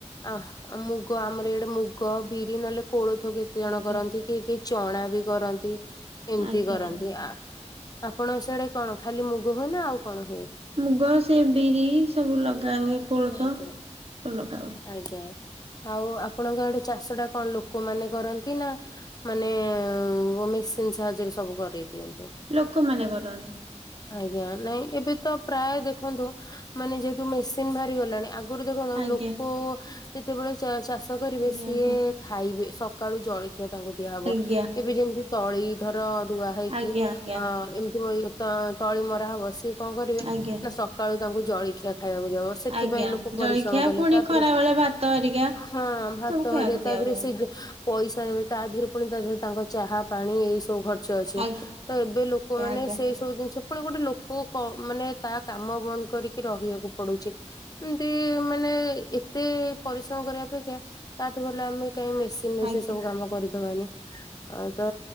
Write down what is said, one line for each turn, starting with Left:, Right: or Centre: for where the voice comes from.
Left: ଆ ଆଉ ମୁଗ ଆମର ଇଆଡେ ମୁଗ ବିରି ନହେଲେ କୋଳଥ ବି ତେ ଜଣ
Right: ଆଜ୍ଞା।
Left: କରନ୍ତି କି କେହି କେହି ଚଣା ବି କରନ୍ତି ଏମିତି
Right: ଆଜ୍ଞା
Left: କରନ୍ତି
Right: ଆଜ୍ଞା
Left: ଆ ଆପଣ ସିଆଡେ କଣ ଖାଲି ମୁଗ ହୁଏ ନା ଆଉ କଣ ହୁଏ?
Right: ମୁଗ ସେ ବିରି ସବୁ ଲଗା ହୁଏ କୋଳଥ
Left: ଆଜ୍ଞା
Right: ସବୁ ଲଗା ହୁଏ।
Left: ଆଜ୍ଞା ଆଉ ଆପଣଙ୍କ ଆଡେ ଚାଷ ଟା କଣ ଲୋକମାନେ କରନ୍ତି ନା ମାନେ ମେସିନ ସାହାଯ୍ୟରେ ସବୁ କରେଇ ଦିଅନ୍ତି।
Right: ଲୋକମାନେ କରନ୍ତି।
Left: ଆଜ୍ଞା ନାଇଁ ଏବେ ତ ପ୍ରାୟ ଦେଖନ୍ତୁ ମାନେ ଯେହେତୁ ମେସିନ ବାହାଭ ଲାଣି
Right: ଆଜ୍ଞା
Left: ଆଗରୁ ଦେଖନ୍ତ
Right: ଆଜ୍ଞା
Left: ଲୋକ ଯେତେବେଳେ ଚାଷ କରିବେ
Right: ଆଜ୍ଞା।
Left: ସିଏ ଖାଇବେ ସକାଳୁ ଜଳଖିଆ ତାଙ୍କୁ ଦିଆହବ
Right: ଆଜ୍ଞା
Left: ଏବେ ଯେମିତି ତଳି ଧର ରୁଆ ହେଇକି
Right: ଆଜ୍ଞା ଆଜ୍ଞା
Left: ଅ ଏମିତି ତଳି ମରାହବ ସିଏ କଣ କରିବେ
Right: ଆଜ୍ଞା।
Left: ନା ସକାଳୁ ତାଙ୍କୁ ଜଳଖିଆ ଖାଇବାକୁ ଦବ। ସେଥିପାଇଁ
Right: ଆଜ୍ଞା
Left: ଲୋକ
Right: ଜଳଖିଆ
Left: ପରିଶ୍ରମ କଲେ
Right: ପୁଣି
Left: ତାପରେ
Right: ଖରା ବେଳେ ଭାତ ହେରିକା
Left: ହଁ ଭାତ
Right: ସବୁ ଖାଇବାକୁ
Left: ହରିଏ ତାପହରେ
Right: ଦିଆ ହୁଏ।
Left: ସେ ପଇସା ନେବେ ତା ଦେହରେ ପୁଣି ତାହରେ ତାଙ୍କ ଚାହା ପାଣି ଏଇ ସବୁ ଖର ଚ ଅଛି
Right: ଆଜ୍ଞା
Left: ତ ଏବେ ଲୋକମାନୋନ
Right: ଆଜ୍ଞା
Left: ସେଇ ସବୁ ଜିନିଷ ପୁଣ ଗୋଟେ ଲୋକ ମାନେ ତା କାମ ବନ୍ଦ କରିକି ରହିବାକୁ ପଡୁଛି। ଏମତି ମାନେ ଏତେ ପରିଶ୍ରମ କରିବା ଅପେକ୍ଷା ତାଠୁ ଭଲ ଆମେ କାଇହିଁ ମିଶି ସେ
Right: ଆଜ୍ଞା
Left: ସବୁ କାମ କରିଦ ହୁଏନି ତ